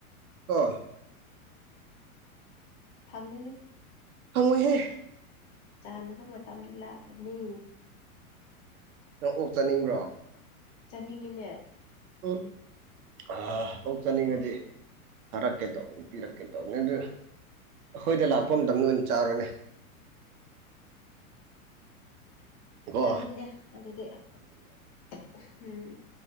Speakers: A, on the right; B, on the left.
A: ꯀꯣ꯫
B: ꯐꯪꯉꯒꯅꯤ꯫
A: ꯍꯪꯉꯣꯏꯍꯦ꯫
B: ꯆꯥꯅꯕ ꯃꯇꯝꯗ ꯂꯥꯛꯄꯅꯤ꯫
A: ꯅꯪ ꯑꯣꯛ ꯆꯥꯅꯤꯡꯕ꯭ꯔꯣ꯫
B: ꯆꯠꯅꯤꯡꯉꯤꯅꯦ꯫
A: ꯎꯝ ꯑꯣꯛ ꯆꯠꯅꯤꯡꯉꯗꯤ꯫ ꯊꯥꯔꯛꯀꯦ ꯇꯧꯕꯅꯤ ꯄꯤꯔꯛꯀꯦ ꯇꯧꯕꯅꯤ ꯑꯗꯨ ꯑꯩꯈꯣꯏꯗ ꯂꯥꯛꯄ ꯃꯇꯝꯗ ꯑꯣꯏꯅ ꯆꯥꯔꯣꯅꯦ꯫ ꯀꯣ
B: ꯂꯪꯅꯤꯡꯗꯦ ꯑꯗꯨꯗꯤ ꯎꯝ